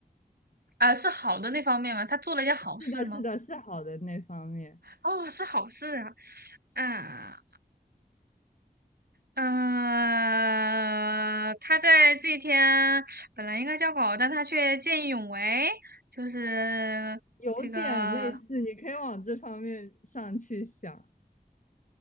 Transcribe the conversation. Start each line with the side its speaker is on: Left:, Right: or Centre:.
Right: 啊，是好的那方面吗？他做了一件好事吗？
Left: 是的，是的，是好的那方面，
Right: 哦，是好事啊，啊。呃，他在这一天本来应该交稿，但他却见义勇为，就是这个
Left: 有点类似，你可以往这方面上去想。